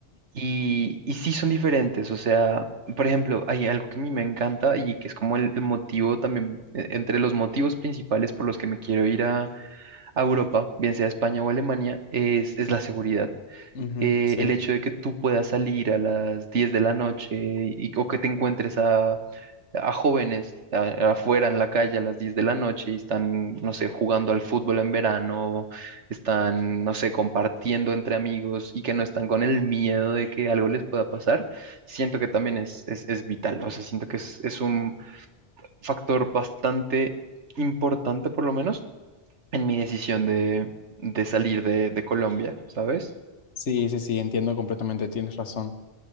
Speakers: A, on the right; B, on the left.
A: Y, y sí son diferentes, o sea, por ejemplo, hay algo que a mí me encanta y que es como el, el motivo también, eh, entre los motivos principales por los que me quiero ir a, a Europa, bien sea España o Alemania, es, es la seguridad.
B: Ujú,
A: Eh,
B: sí,
A: el hecho de que tú puedas salir a las 10 de la noche y, o que te encuentres a a jóvenes a- afuera en la calle a las 10 de la noche y están, no sé, jugando al fútbol en verano, están, no sé, compartiendo entre amigos y que no están con el miedo de que algo les pueda pasar, siento que también es, es, es vital. O sea, siento que es, es un factor bastante importante, por lo menos, en mi decisión de, de salir de, de Colombia, ¿sabes?
B: sí, sí, sí, entiendo completamente, tienes razón.